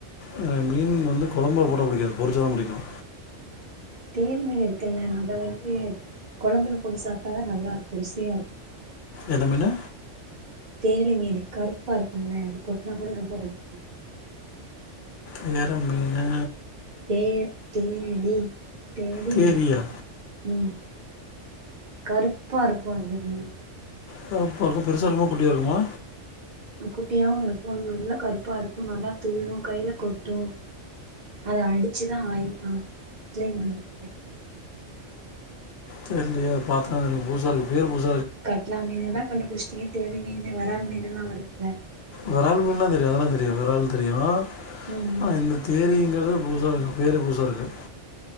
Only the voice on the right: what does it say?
தேலி மீன் இருக்குல்ல அத வந்து குழம்புல பொட்டு சாப்ட்டாதான் நல்லா இருக்கும் ருசியா இருக்கும்
தேலி மீன் கருப்பா இருக்கும்ல அது கொட்னா கூட ரொம்ப வலிக்கு
தே தேலி தேலி
மீனு ம் கருப்பா இருக்கு அந்த மீனு
அ குட்டியாவும் இருக்கும் நல்லா கருப்பா இருக்கும் நல்லா துள்ளும் கையில கொட்டும் அத அடிச்சுதான் ஆய்வாங்க கிளம் பண்ணுவாங்க
கட்லா மீன் எல்லா கண்டுபிடிச்சட்டீங்க தேலி மீன் வரால் மீன் எல்லாம் வரும்ல
ம் ம்